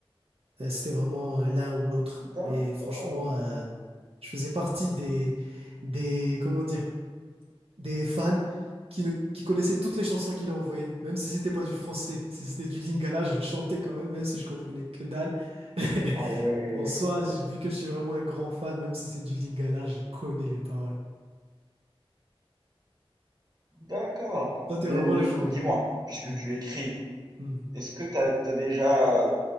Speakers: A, on the right (about 75°); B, on the right (about 40°).
A: Euh, C'était vraiment euh, l'un ou l'autre.
B: D'accord.
A: Mais franchement, euh, je faisais partie des, des, comment dire, des fans qui, ne, qui connaissaient toutes les chansons qu'il envoyait, même si c'était pas du français, <laughs> si c'était du Lingala, je le chantais quand même, même si je comprenais que dalle. <laughs>
B: Ah ouais,
A: En soi, j- vu que je suis vraiment un grand fan, même si c'est du Lingala, je connais les paroles.
B: d'accord.
A: Toi, t'es
B: Mais
A: vraiment
B: du
A: le genre
B: coup, dis-moi,
A: de.
B: puisque
A: Hmm,
B: tu écris,
A: hmm.
B: est-ce que t'as, t'as déjà